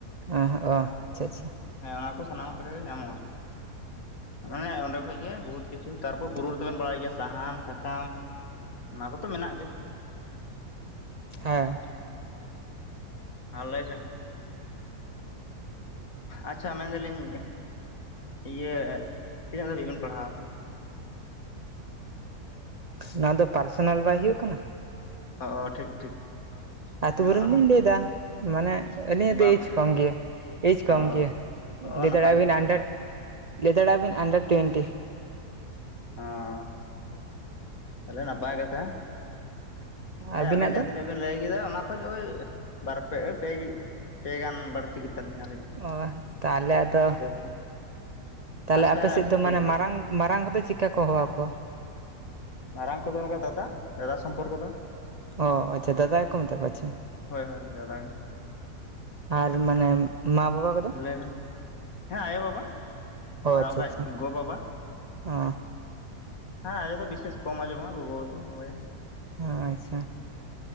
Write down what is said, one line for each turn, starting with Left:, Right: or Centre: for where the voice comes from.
Right: ᱚ ᱚ ᱟᱪᱪᱷᱟ ᱟᱪᱪᱷᱟ
Left: ᱦᱮᱸ ᱚᱱᱟ ᱠᱚ ᱥᱟᱱᱟᱢᱟᱜ ᱞᱮ ᱞᱮᱠᱟᱟᱜ ᱜᱮ ᱧᱟᱢᱚᱜᱼᱟ ᱢᱟᱱᱮ ᱚᱸᱰᱮ ᱠᱷᱚᱡ ᱜᱮ ᱵᱚᱦᱩᱛ ᱠᱤᱪᱷᱩ ᱛᱟᱨᱯᱚᱨ ᱵᱩᱨᱩ ᱨᱮᱫᱚᱵᱮᱱ ᱵᱟᱲᱟᱭ ᱜᱮᱭᱟ ᱥᱟᱦᱟᱱ ᱥᱟᱠᱟᱢ ᱚᱱᱟ ᱠᱚᱛᱚ ᱢᱮᱱᱟᱜ ᱜᱮᱭᱟ
Right: ᱦᱮᱸ᱾
Left: ᱦᱮᱸ ᱞᱟᱹᱭ ᱵᱮᱱ ᱟᱪᱪᱷᱟ ᱢᱮᱱᱫᱟᱞᱤᱧ ᱤᱭᱟᱹ ᱛᱤᱱᱟᱹᱜ ᱫᱷᱟᱹᱵᱤᱡ ᱵᱮᱱ ᱯᱟᱲᱦᱟᱣ ᱟᱠᱟᱱᱟ
Right: ᱱᱚᱣᱟ ᱫᱚ ᱯᱟᱨᱥᱚᱱᱟᱞ ᱵᱟᱭ ᱦᱩᱭᱩᱜ ᱠᱟᱱᱟ
Left: ᱚ ᱴᱷᱤᱠ ᱴᱷᱤᱠ
Right: ᱟᱹᱛᱩ
Left: ᱦᱮᱸ
Right: ᱵᱟᱨᱮ
Left: ᱚᱱᱟ
Right: ᱞᱤᱧ
Left: ᱦᱚᱸ
Right: ᱞᱟᱹᱭ ᱮᱟ, ᱢᱟᱱᱮ ᱟᱹᱞᱤᱧᱟᱜ ᱫᱚ
Left: ᱵᱟ
Right: ᱮᱡᱽ
Left: ᱵᱟ
Right: ᱠᱚᱢ ᱜᱮᱭᱟ, ᱮᱭᱡᱽ ᱠᱚᱢ
Left: ᱚ
Right: ᱜᱮᱭᱟ᱾
Left: ᱚ ᱚ
Right: ᱞᱟᱹᱭ
Left: ᱱᱟᱯᱟᱭ
Right: ᱫᱟᱲᱮᱭᱟᱜ ᱵᱤᱱ
Left: ᱠᱟᱛᱷᱟ
Right: ᱦᱟᱱᱰᱨᱮᱴ
Left: ᱱᱟᱯᱟᱭ
Right: ᱞᱟᱹᱭ ᱫᱟᱲᱮᱭᱟᱜ ᱵᱤᱱ ᱦᱟᱱᱰᱨᱮᱴ ᱴᱩᱭᱮᱱᱴᱤ
Left: ᱦᱮᱸ ᱛᱟᱦᱚᱞᱮ ᱱᱟᱯᱟᱭ ᱠᱟᱛᱷᱟ, ᱦᱮᱸ
Right: ᱟᱹᱵᱤᱱᱟᱜ
Left: ᱟᱵᱮᱱ ᱡᱟᱦᱟᱸ
Right: ᱫᱚ
Left: ᱛᱤᱱᱟᱹᱜ ᱵᱮᱤᱱ ᱞᱟᱹᱭ ᱠᱮᱫᱟ ᱚᱱᱟ ᱠᱷ ᱳᱭ ᱵᱟᱨᱯᱮ ᱯᱮ ᱜᱟᱱ ᱵᱟᱹᱲᱛᱤ ᱜᱮᱛᱟᱞᱤᱧ ᱟᱹᱞᱤᱧ
Right: ᱚ ᱛᱟᱦᱚᱞᱮ ᱟᱫᱚ
Left: ᱦᱩᱸ
Right: ᱛᱟᱦᱚᱞᱮ
Left: ᱟᱪᱪᱷᱟ
Right: ᱟᱯᱮ ᱥᱮᱫ ᱫᱚ
Left: ᱴᱷᱤᱠ
Right: ᱢᱟᱱᱮ ᱢᱟᱨᱟᱝ ᱢᱟᱨᱟᱝ ᱠᱚᱫᱚ ᱪᱤᱠᱠᱟ ᱠᱚ ᱦᱚᱦᱚ ᱟᱠᱚᱣᱟ
Left: ᱢᱟᱨᱟᱝ ᱠᱚᱫᱚ ᱱᱚᱝᱠᱟ ᱫᱟᱫᱟ ᱫᱟᱫᱟ ᱥᱚᱢᱯᱚᱨ ᱠᱚᱫᱚ,
Right: ᱚ ᱟᱪᱪᱷᱟ ᱫᱟᱫᱟ ᱜᱮᱠᱚ ᱢᱮᱛᱟᱜ ᱠᱚᱣᱟ ᱪᱮ᱾
Left: ᱦᱳᱭ ᱦᱳᱭ ᱫᱟᱫᱟ ᱜᱮ
Right: ᱟᱨ ᱢᱟᱱᱮ ᱢᱟ ᱵᱟᱵᱟ ᱠᱚ
Left: ᱞᱟᱹᱭ ᱵᱮᱱ ᱦᱮᱸ ᱟᱭᱳ ᱵᱟᱵᱟ ᱟᱨ
Right: ᱟᱪᱪᱷᱟ
Left: ᱵᱟᱠᱷᱟᱡ
Right: ᱟᱪᱪᱷᱟ
Left: ᱜᱚ ᱵᱟᱵᱟ
Right: ᱚ
Left: ᱦᱮᱸ ᱟᱭᱳ ᱫᱚ ᱵᱤᱥᱮᱥ ᱠᱚᱢ ᱟᱸᱡᱢᱚᱜᱼᱟ, ᱜᱚᱜᱚ ᱠᱚ ᱦᱚᱦᱚᱭᱟ᱾
Right: ᱟᱪᱪᱷᱟ